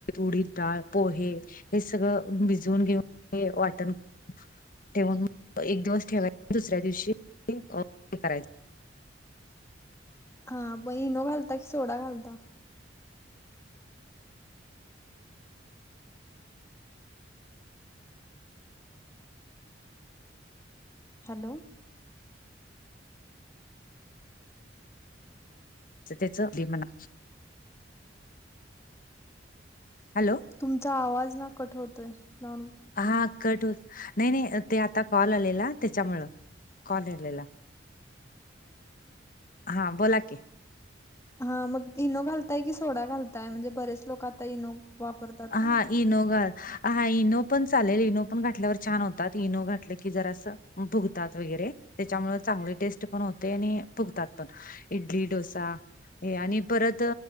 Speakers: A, on the left (about 50°); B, on the left (about 15°).
A: उडीद डाळ पोहे हे सगळं भिजून घेऊन वाटण ठेवून म एक दिवस ठेवायचा दुसऱ्या दिवशी अ हे करायचं.
B: हा पण इनो घालता की सोडा घालता? हॅलो
A: तर त्याचा दे मन्ना. हॅलो
B: तुमचा आवाज ना कट होतोय नानू
A: हा कट होत नाही नाही ते आता कॉल आलेला त्याच्यामुळ कॉल आलेला हा बोला की.
B: हा मग इनो घालताय की सोडा घालताय म्हणजे बरेच लोकं आता इनो वापरतात
A: हा
B: ना.
A: इनो घा हा इनो पण चालेल इनो पण घातल्यावर छान होतात इनो घातलं की जरासं. फुगतात वगैरे त्याच्यामुळे चांगली टेस्ट पण होते आणि फुगतात पण. इडली डोसा हे आणि परत